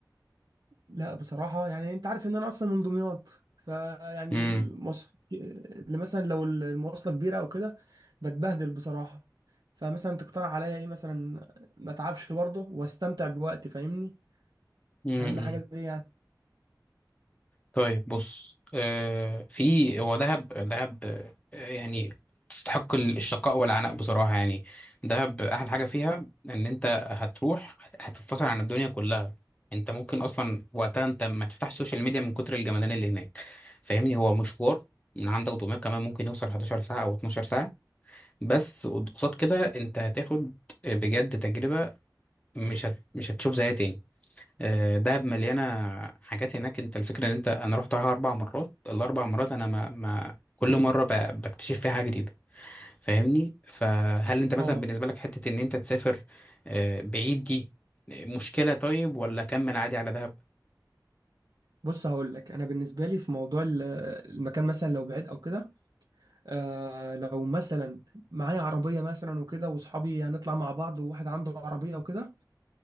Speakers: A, on the right; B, on the left.
A: لا بصراحه يعني انت عارف ان انا اصلا من دمياط فيعني
B: امم
A: المواصلات اللي مثلا لو المواصله كبيره او كده بتبهدل بصراحه فمثلا تقترح عليا ايه مثلا ما اتعبش برضه واستمتع بوقتي فاهمني
B: امم
A: اهم حاجه دي يعني
B: طيب بص آه في هو دهب دهب آه يعني تستحق ال- الشقاء والعناء بصراحة يعني دهب أحلى حاجة فيها إن أنت هتروح هت- هتتفصل عن الدنيا كلها أنت ممكن أصلا وقتها أنت ما تفتحش السوشيال ميديا من كتر الجمدانية اللي هناك فاهمني هو مشوار من عندك دمياط كمان ممكن يوصل 11 ساعة أو 12 ساعة بس قصاد كده أنت هتاخد بجد تجربة مش هت... مش هتشوف زيها تاني آه، دهب مليانه حاجات هناك انت الفكره ان انت انا رحت عليها اربع مرات الاربع مرات انا ما, ما كل مره ب... بكتشف فيها حاجه جديده فاهمني فهل انت مثلا
A: اه
B: بالنسبه لك حته ان انت تسافر آه، بعيد دي مشكله طيب ولا كمل عادي على دهب
A: بص هقول لك انا بالنسبه لي في موضوع ال- المكان مثلا لو بعيد او كده آه لو مثلا معايا عربية مثلا وكده وصحابي هنطلع مع بعض وواحد عنده عربية وكده